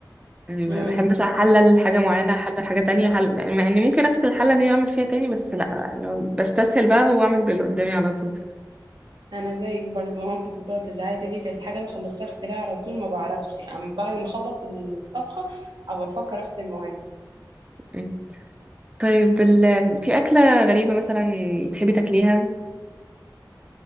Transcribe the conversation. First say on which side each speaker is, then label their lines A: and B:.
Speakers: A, on the right (about 15°); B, on the right (about 85°).
A: يعني ب-
B: امم
A: بحب مثلا احلل حاجه معينه احلل حاجه تانية حل... يعني مع اني ممكن اغسل الحله دي واعمل فيها تاني بس لا اللي هو بستسهل بقى واعمل باللي قدامي على طول
B: انا زيك برضو ممكن بتقعد تزعلي تقولي ده الحاجه اللي خلصتها اغسلها على طول ما بعرفش يعني بعد ما اخلص الطبخه ابقى افكر اغسل المواعين
A: مم. طيب ال... في اكله غريبه مثلا تحبي تاكليها